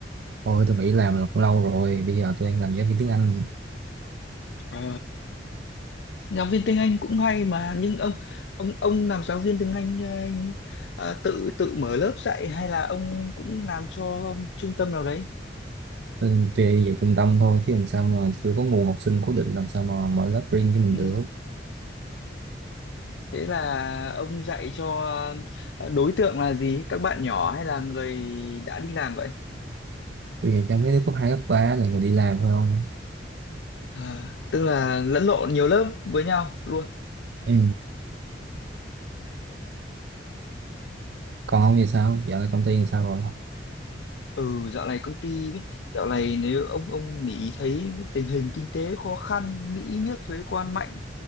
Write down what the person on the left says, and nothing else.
Ờ, Giáo viên tiếng Anh cũng hay mà, nhưng ông ông ông làm giáo viên tiếng Anh ờ, anh, ờ, tự tự mở lớp dạy hay là ông cũng làm cho trung tâm nào đấy?
Ừ.
Thế là ông dạy cho ờ, đối tượng là gì? Các bạn nhỏ hay là người đã đi làm vậy?
À, tức là lẫn lộn nhiều lớp với nhau luôn.
Ừ, dạo này công ty ấy, dạo này nếu ông ông để ý thấy tình hình kinh tế khó khăn, Mỹ miết thuế quan mạnh